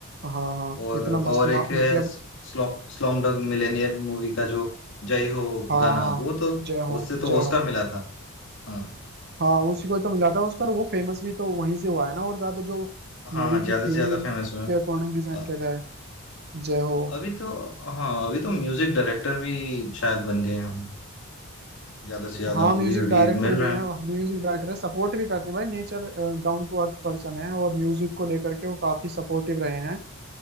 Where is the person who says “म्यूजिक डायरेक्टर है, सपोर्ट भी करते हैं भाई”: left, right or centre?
Right